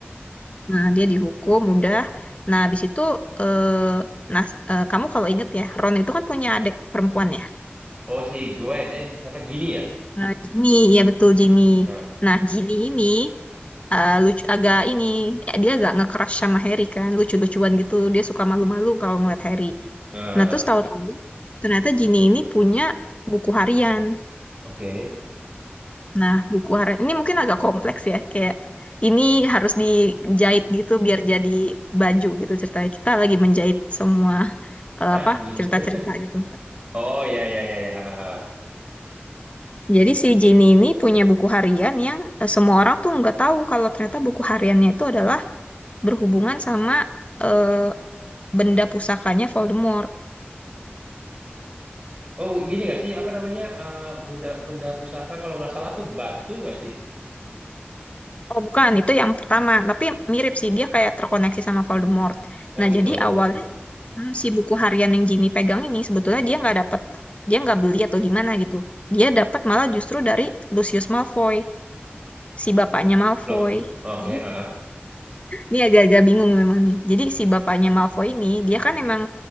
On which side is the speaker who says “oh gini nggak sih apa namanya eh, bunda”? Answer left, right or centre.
Right